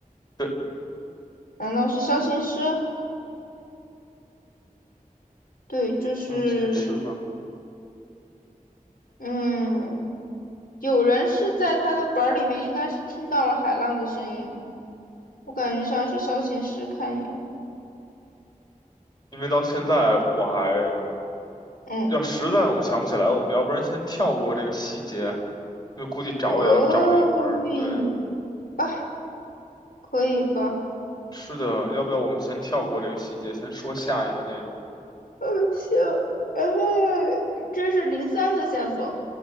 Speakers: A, on the left (about 30°); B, on the left (about 85°).
A: 对，
B: 难道是萧琴师？对，就是
A: 钢琴师吧，
B: 嗯，有人是在他的本儿里面应该是听到了海浪的声音，我感觉像是萧琴师，看一眼，
A: 因为到现在我还
B: 嗯，
A: 要实在我们想不起来，我们要不然先跳过这个细节，因为估计找也要找一会儿。
B: 可以吧，
A: 对，
B: 可以吧。
A: 是的，要不要我们先跳过这个细节，先说下一个内容？
B: 呃，行，然后这是零三的线索。